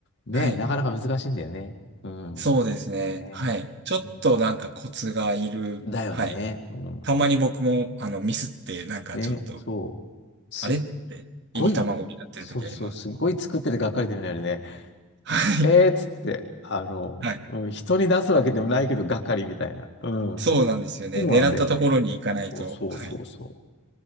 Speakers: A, on the left; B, on the right.
A: ねえ、
B: はい
A: なかなか難しいんだよね。うん。
B: そうですね。
A: ねうん
B: はい。ちょっとなんかコツがいる。
A: だよね。
B: はい。
A: うん。
B: たまに僕も、あの、ミスって、なんかちょっと、
A: ね、そう。すっ
B: あれって、
A: ごい、
B: 入り卵になってる時あります。
A: そうそう、すっごい作っててがっかりだよね、あれね。
B: <laughs> はい。
A: えーっつって、あの、
B: はい。
A: うん、人に出すわけでもないけど、がっかりみたいな。うん。
B: そうなんですよね。
A: そうなんだよね。
B: 狙ったところに行かないと。
A: そうそうそうそう。
B: はい。